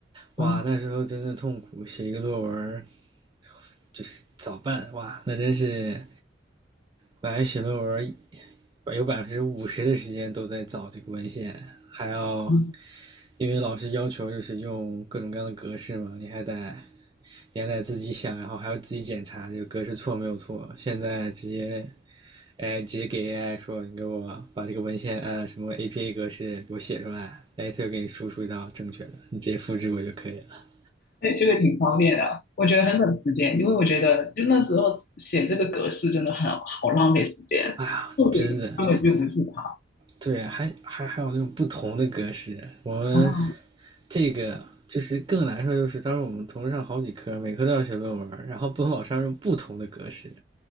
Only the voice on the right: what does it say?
哇，
那时候真的痛苦，写一个作文就是早办，哇，那真是本来写论文有百分之五十的时间都在找这个文献，还要
因为老师要求就是用各种各样的格式嘛，你还得你还得自己想，然后还要自己检查这个格式错没有错。现在直接哎直接给 AI 说，你给我把这个文献按啊什么 APA 格式给我写出来，哎，它就给你输出一道正确的，你直接复制我就可以了。
哎呀，
真的，对，还还还有那种不同的格式，我们
这个就是更难受，就是当时我们同时上好几科，每科都要写论文，然后不同老师用不同的格式，